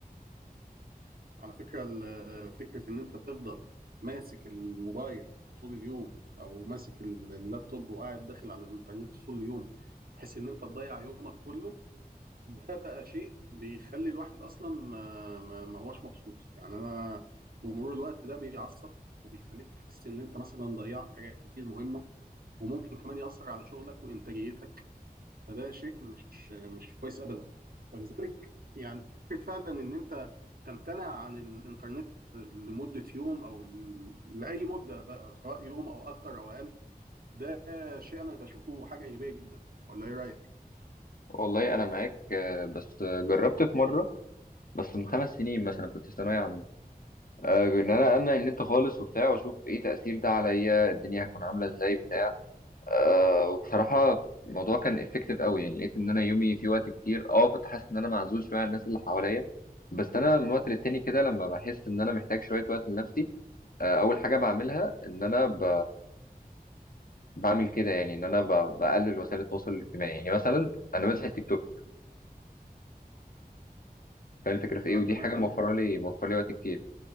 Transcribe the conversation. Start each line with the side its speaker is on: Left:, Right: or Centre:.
Right: على فكره ال- فكره ان انت تفضل ماسك الموبايل طول اليوم او ماسك ال- اللابتوب وقاعد داخل على الانترنت طول اليوم بحيث ان انت تضيع يومك كله ده بقى شيء بيخلي الواحد اصلا ما, ما, ما هوش مبسوط يعني انا بمرور الوقت ده بيعصب وبيخليك تحس ان انت مثلا ضيعت حاجات كتير مهمه وممكن كمان ياثر على شغلك وانتاجيتك فده شيء مش مش كويس ابدا ولذلك يعني فكره فعلا ان انت تمتنع عن الانترنت لمده يوم او ل- لاي مده بقى سواء يوم او اكتر او اقل ده شيء انا بشوفه حاجه ايجابيه جدا ولا ايه رايك؟
Left: والله انا معاك آه، بس جربت في مره بس من خمس سنين مثلا كنت في ثانويه عامه آه، ان انا امنع النت خالص وبتاع واشوف ايه تاثير ده عليا الدنيا هتكون عامله ازاي بتاع آه، وبصراحة الموضوع كان افكتيف قوي يعني لقيت ان انا يومي في وقت كتير اه كنت حاسس ان انا معزول شوية عن الناس اللي حواليا بس انا من وقت للتاني كده لما بحس ان انا محتاج شوية وقت لنفسي آه، اول حاجة بعملها ان انا ب... بعمل كده يعني ان انا ب... بقلل وسائل التواصل الاجتماعي يعني مثلا انا ماسح التيك توك فاهم الفكرة في
Right: اه
Left: ايه ودي
Right: تمام
Left: حاجة موفرة لي موفرة لي وقت كتير